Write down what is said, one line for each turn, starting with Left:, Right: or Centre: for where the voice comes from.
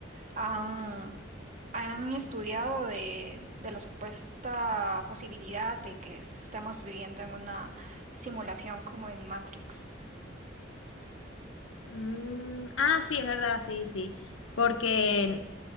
Right: han, han estudiado de, de la supuesta posibilidad de que estamos viviendo en una simulación como en Matrix.
Left: Mm, ah, sí, es verdad, sí, sí. Porque